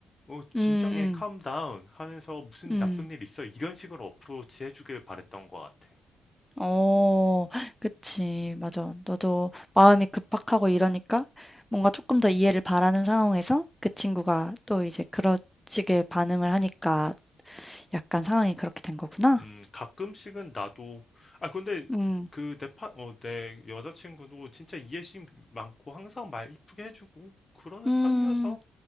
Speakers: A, on the left; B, in the centre.
A: 뭐 진정해,
B: 음. 음,
A: calm
B: 음,
A: down 하면서 무슨
B: 음.
A: 나쁜 일 있어 이런 식으로 어프로치 해주길 바랬던 것 같아.
B: 어, 그치. 맞아. 너도 마음이 급박하고 이러니까 뭔가 조금 더 이해를 바라는 상황에서 그 친구가 또 이제 그렇지게 반응을 하니까 약간 상황이 그렇게 된 거구나.
A: 음 가끔씩은 나도 아 근데
B: 음,
A: 그내파어내 여자친구도 진짜 이해심 많고 항상 말 이쁘게 해주고 그러는
B: 음,
A: 편이어서